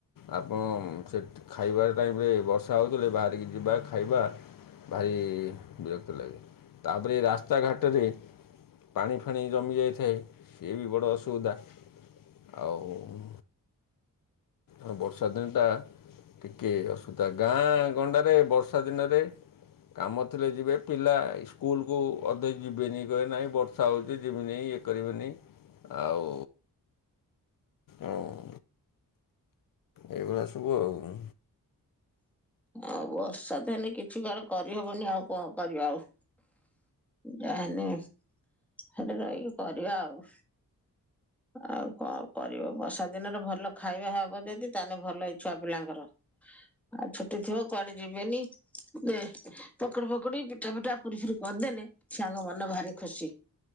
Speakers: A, on the left (about 70°); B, in the centre.
A: ଆପଣ ସେ ଖାଇବା ଟାଇମରେ ବର୍ଷା ହେଉଥିଲେ ବାହାରିକି ଯିବା ଖାଇବା। ଭାରି ବିରକ୍ତି ଲାଗେ ତାପରେ ରାସ୍ତାଘାଟରେ ପାଣି ଫାଣି ଜମି ଯାଇଥାଏ ସଏ ବି ବଡ଼ ଅସୁବିଧା। ଆଉ ଉଁ। ଆ ବର୍ଷା ଦିନଟା। ଟିକେ ଅସୁବିଧା ଗାଁ ଗଣ୍ଡାରେ ବର୍ଷା ଦିନରେ କାମ ଥିଲେ ଯିବେ ପିଲା ସ୍କୁଲକୁୁ ଅଧେ ଯିବେନି କହିବେ ନାହିଁ ବର୍ଷା ହେଉଛି ଯିବି ନେଇଁ। ଇଏ କରିବନି ଆଉ ଆଉ ଇ ଏଇଭଳିଆ ସବୁ ଆଉ।
B: ଆଉ ବର୍ଷା ତ ହେଲେ କିଛି କୁଆଡେ କରିହବନି ଆଉ କଣ କରିବା ଆଉ। ଯାହା ହେଲେ ହେଠେ ରହିକି କରିବା ଆଉ। ଆଉ କଣ କରିବ ବର୍ଷା ଦିନରେ ଭଲ ଖାଇବା ହବ ଯଦି ତାହେଲେ ଭଲ ହେଇ ଛୁଆ ପିଲାଙ୍କର। ଆଉ ଛୁଟି ଥିବ କୁଆଡେ ଯିବେନି। ଦେ ପକୁଡି ଫକୁଡି ପିଠା ଫିଠା ପୁରି ଫୁରି କରିଦେଲେ ଛିଆଙ୍କ ମନ ଭାରି ଖୁସି।